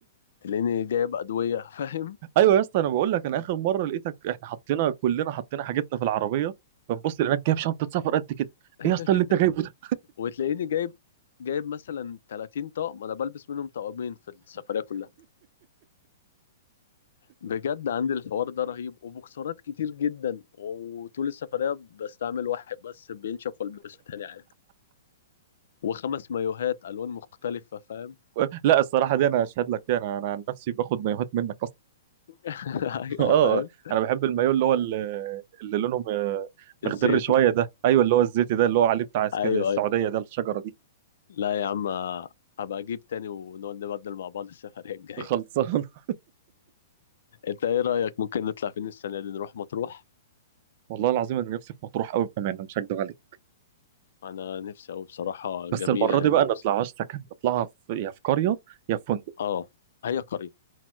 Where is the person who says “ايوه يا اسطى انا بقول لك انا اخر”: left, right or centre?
Right